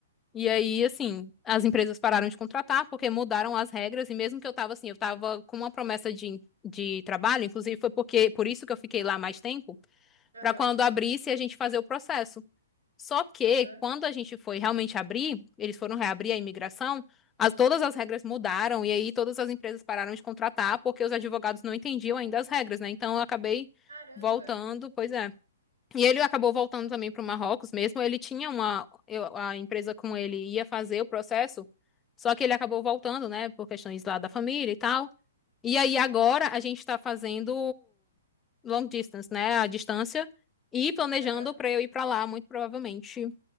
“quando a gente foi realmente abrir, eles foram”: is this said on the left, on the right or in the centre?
Left